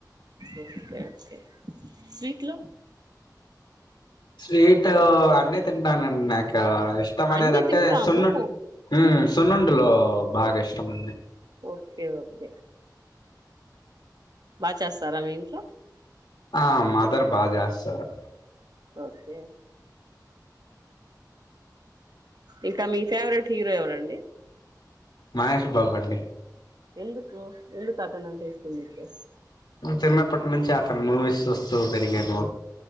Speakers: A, on the right; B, on the left.
A: ఓకేఓకే స్వీట్ లో
B: స్వీట్ అన్ని తిన్ అన్నిటానండి నాకు ఇష్టం అనేదింటే
A: అన్ని తింటాము
B: సున్న మ్ సున్నండులు బాగా ఇష్టంమండి
A: ఓకే ఓకే బా చేస్తారా మీ ఇంట్లో?
B: ఆ మాదర్ బా జేస్తరు
A: ఓకే ఇంకా మీ ఫేవరెట్ హీరో ఎవరండి
B: మహేష్ బాబండి
A: ఎందుకు ఎందుకతనంటే ఇష్టం మీకు
B: చిన్నప్పటి నుంచి అతను మూవీస్ చూస్తూ పెరిగాను